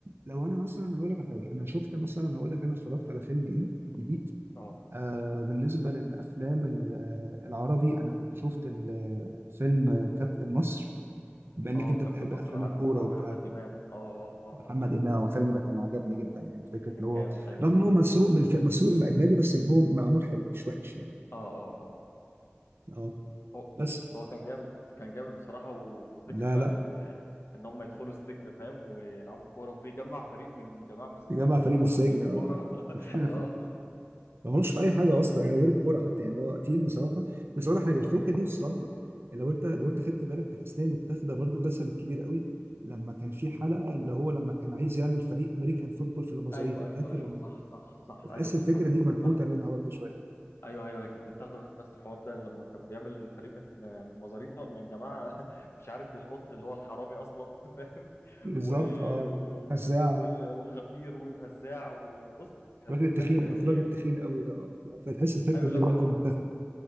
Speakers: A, on the right (about 65°); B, on the left (about 75°).
A: لو انا مثلا هقول لك على حاجة انا شفت مثلا هقول لك انا اتفرجت على فيلم ايه جديد
B: اه
A: آه بالنسبة للافلام ال- آه، العربي انا كنت شفت ال- فيلم كابتن مصر بانك
B: اه
A: انت
B: كابتن
A: بتحب
B: مصر
A: افلام
B: عارفه
A: الكورة
B: بتاع
A: وبتاع
B: محمد
A: كان
B: امام اه اه اه
A: محمد
B: عارفه
A: إمام الفيلم ده كان عجبني جدا يعني فكرة
B: كان
A: اللي هو
B: جامد ايوه
A: رغم ان هو مسروق من الف- مسروق من اجنبي بس اللي هو معمول حلو مش وحش يعني
B: اه اه اه
A: اه
B: هو
A: بس
B: هو كان جامد كان جامد بصراحه و- وفكره
A: لا
B: بقى
A: لا
B: ان ان هم يدخلوا السجن فاهم ويلعبوا كوره وبيجمع فريق من جماعه مسجونين
A: تجمع
B: اصلا
A: فريق بس
B: ما لهمش
A: هاجم
B: في
A: اه
B: الكوره <laughs>
A: <laughs>
B: اه
A: ما هوش في اي حاجه اصلا يعني غير الكوره حتى يعني هو تيم بصراحه بس اقول لك حاجه الفكره دي بصراحه لو انت لو انت خدت بالك تحس ان هي متاخده برضه مثل الكبير قوي لما كان في حلقه اللي هو لما كان عايز يعمل فريق امريكان فوتبول في المزاريطه
B: ايوه ايوه
A: فاكر
B: ايوه
A: لما
B: صح صح صح
A: بتحس
B: ايوه افتكرت
A: الفكره دي
B: افتكرت
A: منحوته منها برضه شويه
B: ايوه ايوه هي كانت متاخده من نفس الحوار ده لما كان بيعمل فريق من من مزاريطه من جماعه <laughs> مش عارف القط اللي هو الحرامي اصلا <laughs> فاهم
A: بالظبط
B: و...
A: اه
B: و...
A: فزاعه
B: وال... والغفير وفزاع وبص كان
A: الراجل التخين
B: ضحك ضحك
A: كنت الراجل
B: يعني
A: التخين قوي ده اه لو فتحس الفكره
B: ايوه
A: دي
B: لما
A: برضه
B: ك-
A: متاخده